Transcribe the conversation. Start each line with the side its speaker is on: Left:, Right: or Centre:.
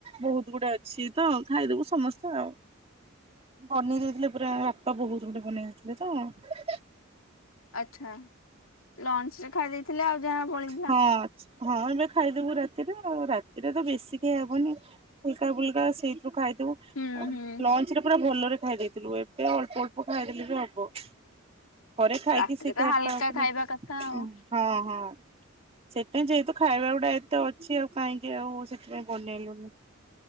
Right: ବହୁତ୍ ଗୁଡାଏ ଅଛିତ ଖାଇଦବୁ ସମସ୍ତେ ଆଉ। ବନେଇ ଦେଇଥିଲେ ପୁରା ଭାତ ବହୁତ୍ ଗୁଡେ ବନେଇ ଦେଇେଥିଲେ ତ
Left: ଆଛା ଲଞ୍ଚରେ ଖାଇ ଦେଇଥିଲେ ଆଉ ଯାହା ବଳିଥିଲା
Right: ହଁ ହଁ ଏବେ ଖାଇଦବୁ ରାତିରେ ଆଉ ରାତିରେ ତ ବେଶୀ ଖିଆହବନି ହାଲକା ଫୁଲକା ସେଇ ଖାଇଦେବୁ
Left: ହୁଁ
Right: ଆଉ
Left: ହୁଁ
Right: ଲଞ୍ଚରେ ପୁରା ଭଲରେ ଖାଇ ଦେଇଥିଲୁ ଏବେ ଅଳ୍ପ ଅଳ୍ପ ଖାଇଦେଲେବି ହବ। ଥରେ ଖାଇକି
Left: ରାତିରେ
Right: ସେ
Left: ତ
Right: ଖା
Left: ହାଲକା
Right: ଖାଉଥିଲା
Left: ଖାଇବା କଥା ଆଉ।
Right: ହଁ ହଁ ସେତେ ଯେହେତୁ ଖାଇବା ଗୁଡା ଏତେ ଅଛି ଆଉ କାହିଁକି ଆଉ ସେଥିପାଇଁ ବନେଇଲୁନୁ।